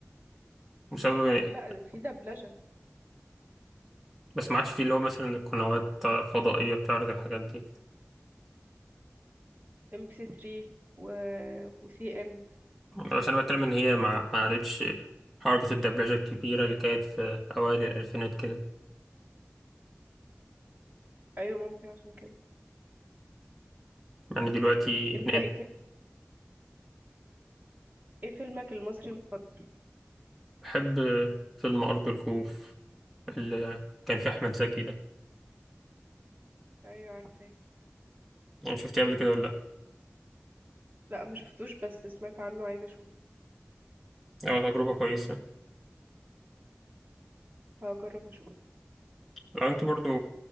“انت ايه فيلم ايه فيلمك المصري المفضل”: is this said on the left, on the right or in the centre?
Right